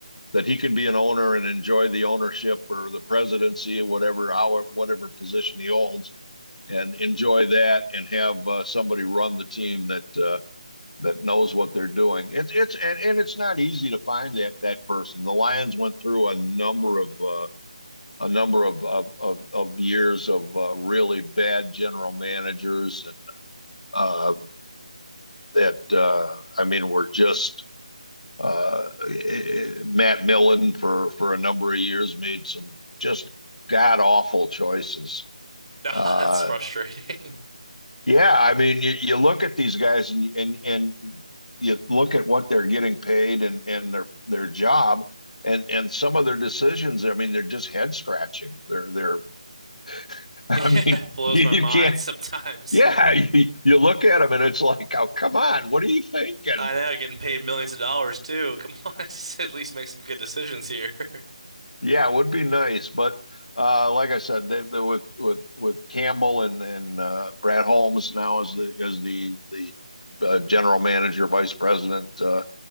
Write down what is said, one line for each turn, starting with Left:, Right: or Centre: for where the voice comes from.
Left: that he can be an owner and enjoy the ownership or the presidency or whatever how whatever position he holds and enjoy that and have uh, somebody run the team that uh, that knows what they're doing. It's it's and, and it's not easy to find that that person. The Lions went through a number of uh, a number of of of, of years of uh, really bad general managers and uh, that uh, I mean were just uh, Matt Millen for for a number of years made some just god awful choices.
Right: No,
Left: Uh,
Right: it's frustrating. <laughs>
Left: Yeah, I mean, you, you look at these guys and and and you look at what they're getting paid and and their their job and and some of their decisions. I mean, they're just head scratching. They're they're. <laughs> I
Right: Yeah,
Left: mean,
Right: it blows
Left: you,
Right: my
Left: you
Right: mind
Left: can't.
Right: sometimes.
Left: Yeah, <laughs> you, you look at them and it's like, oh, come on, what are you thinking?
Right: I know, getting paid millions of dollars too. Come on, <laughs> just at least make some good decisions here. <laughs>
Left: Yeah, it would be nice, but uh, like I said, they, they, with with with Campbell and and uh, Brad Holmes now as the as the the uh, general manager, vice president, uh,